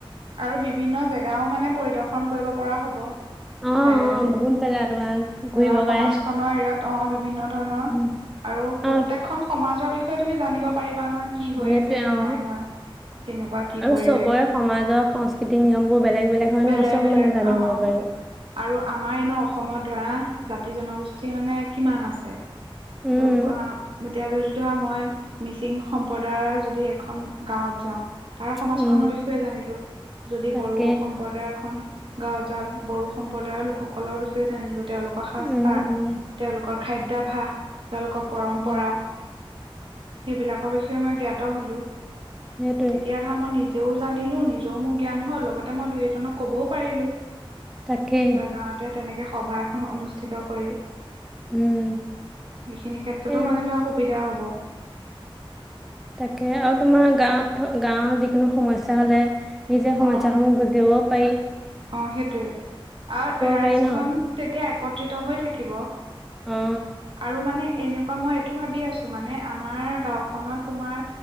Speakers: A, on the right; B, in the centre.
A: আৰু বিভিন্ন জেগাও মানে পৰিদৰ্শন কৰিব পৰা হ'ব
B: অ অ
A: ফাই ভেদে
B: বহুত জেগা তোমাৰ ঘূৰিব
A: ধৰা সমাজখনৰ
B: পাৰে
A: এৰত অ বিভিন্ন ধৰণৰ
B: উম,
A: আৰু প্ৰতেকখন
B: অ
A: সমাজৰ বিষয়ে তুমি জানিব পাৰিব কিবা নহয় কি হৈ
B: সেইটোৱে
A: আছে কি
B: অ
A: নাই হোৱা কেনেকুৱা কি
B: আৰু
A: পৰিৱেশ
B: চবৰে
A: হৈছে
B: সমাজৰ সংস্কৃতিক নিয়মবোৰ বেলেগ হয়
A: বেলেগ
B: ন চব
A: বেলেগ
B: মানে জানিব
A: অ
B: পাৰি
A: আৰু আমাৰ এনে অসমত ধৰা জাতি জনগোষ্ঠী মানে কিমান আছে
B: উম
A: ত' এতিয়া যদি ধৰা মই মিচিং সম্প্ৰদায়ৰ যদি এখন গাঁৱত যাওঁ তাৰ সমাজখনৰ
B: উম
A: বিষয়ে জানিলো যদি
B: তাকে
A: বড়ো সম্প্ৰদায়ৰ এখন গাঁৱ যাঁওঁ বডো সম্প্ৰদায়ৰ লোকসকলৰ বিষয়ে জানিলো তেওঁলোকৰ সাজপাৰ
B: উম উম
A: তেওঁলোকৰ খাদ্যাভাস তেওঁলোকৰ পৰম্পৰা
B: উম
A: সেইবিলাকৰ বিষয়ে মই জ্ঞাত হলো তেতিয়া
B: সেইটোৱে
A: ধৰা মই নিজেও জানিলো নিজ যও মোৰ জ্ঞান হয় লগতে মই দুই এজনক কবও পাৰিলো
B: তাকে
A: বা গাঁৱতে তেনেকে সভা এখন অনুষ্ঠিত কৰি সেইখিনি
B: উম
A: ক্ষেত্ৰতো
B: সেয়া
A: মানে ধৰা সুবিধা হ'ব
B: তাকে আৰু তোমাৰ গাঁৱত গাঁৱৰ যিকোনো সমস্যা হলে নিজে সমাজসমূহ
A: অ
B: বুজিব পাৰ
A: অ, সেইটোৱে আৰু ৰাইজখন
B: পাৰি ন
A: তেতিয়া একত্ৰিত হৈ থাকিব।
B: অ
A: আৰু মানে এনেকুৱা মই এইটো ভাবি আছো মানে, আমাৰ গাওখনত তোমাৰ